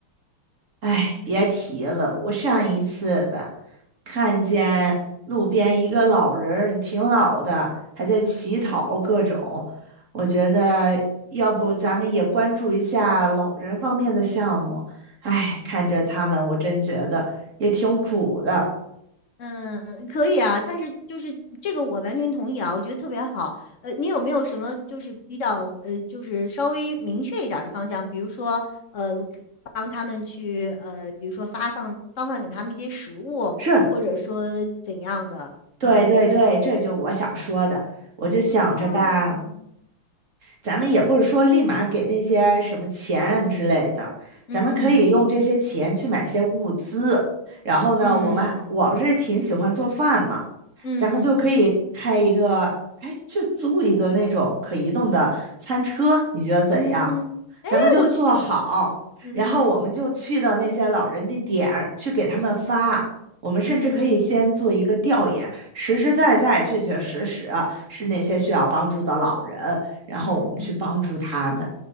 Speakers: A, on the right; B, on the left.
A: 哎，别提了，我上一次吧，看见路边一个老人儿挺老的，还在乞讨各种。
B: 嗯
A: 我觉得要不咱们也关注一下老人方面的项目。
B: 嗯。
A: 哎，看着他们，我真觉得也挺苦的。
B: 嗯，可以啊，但是就是这个我完全同意啊，我觉得特别好。呃，你有没有什么就是比较呃，就是稍微明确一点儿的方向？比如说呃，可帮他们去呃，比如说发放发放给他们一些食物，
A: 是，
B: 或者说怎样的？
A: 对对对，
B: 嗯
A: 这就我想说的。我就想着吧，
B: 啊，
A: 咱们也不是说立马给那些什么钱之类的，
B: 嗯嗯嗯
A: 咱们可以用这些钱去买些物资。然后呢，
B: 嗯
A: 我们我不是挺喜欢做饭嘛，
B: 嗯
A: 咱们就可以开一个，哎，就租一个那种可移动的餐车，你觉得怎样？
B: 嗯嗯，哎，
A: 咱们就做好，
B: 我觉嗯嗯
A: 然后我们就去到那些老人的点儿去给他们发。
B: 嗯嗯
A: 我们甚至可以先做一个调研，
B: 嗯嗯
A: 实实在在、
B: 嗯
A: 确确实实是那些需要帮助的老人，
B: 嗯嗯嗯。嗯嗯嗯
A: 然后我们去帮助他们。